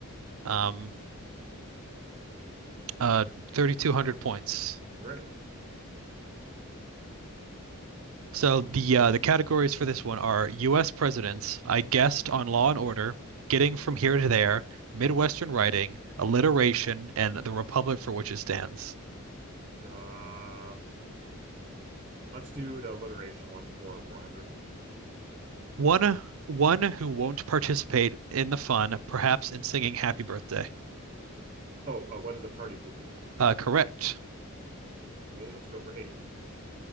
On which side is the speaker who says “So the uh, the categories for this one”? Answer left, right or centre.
Right